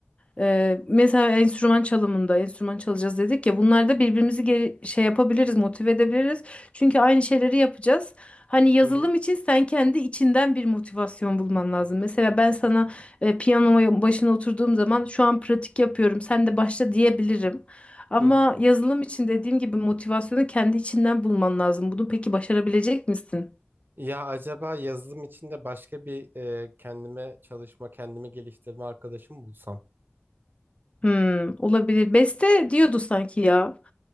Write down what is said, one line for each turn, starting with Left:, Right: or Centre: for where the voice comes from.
Left: Ee, mesela enstrüman çalımında enstrüman çalacağız dedik ya bunlarda birbirimizi ge- şey yapabiliriz motive edebiliriz çünkü aynı şeyleri yapacağız. Hani yazılım
Right: hı hı.
Left: için sen kendi içinden bir motivasyon bulman lazım. Mesela ben sana e, piyanoma başına oturduğum zaman şu an pratik yapıyorum sen de başla diyebilirim. Ama
Right: hı.
Left: yazılım için dediğim gibi motivasyonu kendi içinden bulman lazım. Bunu peki başarabilecek misin?
Right: Ya acaba yazılım içinde başka bir e, kendime çalışma, kendimi geliştirme arkadaşım bulsam.
Left: Hmm, olabilir. Beste diyordu sanki ya.